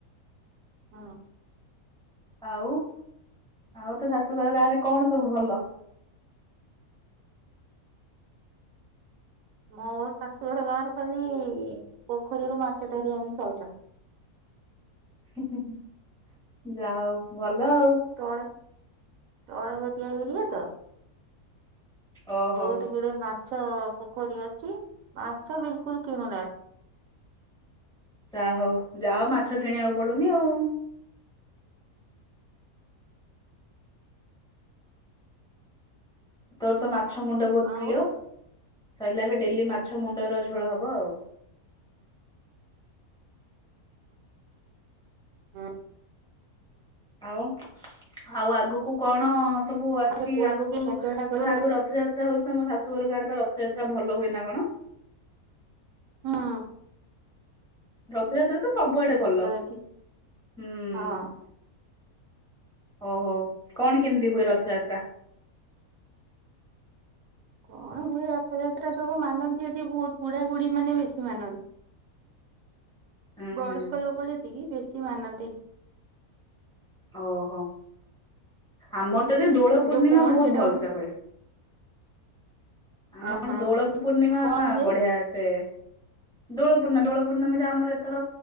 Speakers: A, on the right; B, in the centre.
A: ହଁ।
B: ଆଉ ଆଉ ତ ଶାଶୁଘରେ ଗାଁ ରେ କଣ ସବୁ ଭଲ?
A: ମୋ ଶାଶୁଘର ଗାଁ ଖାଲି ପୋଖରୀରୁ ମାଛ ଧରି ଆଣି ଖାଉଛନ୍ତି।
B: ହେଁ ହେଁ ଯା ହଉ ଭଲ ଆଉ।
A: ତଳ ତଳ <unintelligible> ତ
B: ଓହୋ
A: ବହୁତ ଗୁଡେ ମା ମାଛ ପୋଖରୀ ଅଛି ମାଛ ବିଲକୁଲ କିଣୁନାହାନ୍ତି।
B: ଯା ହଉ ଯା ମାଛ କିଣିବାକୁ ପଡୁନି ଆଉ। ତୋର ତ ମାଛ ମୁଣ୍ଡ ବହୁତ
A: ଆଉ
B: ପ୍ରିୟ। ସରିଲା ଏବେ ଡେଲି ମାଛ ମୁଣ୍ଡର ଝୋଳ ହବ ଆଉ।
A: ହୁଁ।
B: ଆଉ ଆଉ ଆଗକୁ କଣ ସବୁ ଅଛି
A: ରେ ପୋଇ
B: ଆଗକୁ
A: ପକେଇ ଛେଞ୍ଚଡା
B: ତ
A: କରିବ
B: ଆଗକୁ ରଥଯାତ୍ରା ହଉଛି ତମ ଶାଶୁ ଘର ଗାଁରେ ରଥଯାତ୍ରା ଭଲ ହୁଏ ନା କଣ?
A: ହଁ।
B: ରଥଯାତ୍ରା ତ ସବୁଆଡେ ଭଲ,
A: ଏଠି
B: ହୁଁ।
A: ହଁ
B: ଓହୋ କଣ କେମିତି ହୁଏ ରଥଯାତ୍ରା।
A: କଣ ହୁଏ ରଥଯାତ୍ରା ସବୁ ମାନନ୍ତି ଏଠି ବହୁତ ବୁଢାବୁଢ଼ୀମାନେ ବେଶି ମାନନ୍ତି।
B: <inaudible> ହୁଁ
A: ବୟସ୍କ
B: ହୁଁ
A: ଲୋକ ଯେତିକି ବେଶି ମାନନ୍ତି।
B: ଓହୋ ଆମର
A: ହୁଁ
B: ତ ଏଠି ଦୋଳ ପୂର୍ଣ୍ଣିମା
A: ଯୋଉ କଣ
B: ବହୁତ
A: ସେଇଟା
B: ଭଲସେ
A: ଗୋଟେ
B: ହୁଏ। ଆମର
A: ଅ ହଁ
B: ଦୋଳ ପୂର୍ଣ୍ଣିମା
A: କଣ ହୁଏ
B: ବଢିଆ ସେ ଦୋଳ ପୂର୍ଣ୍ଣମ ଦୋଳ ପୂର୍ଣ୍ଣମୀରେ ଆମର ଏଥର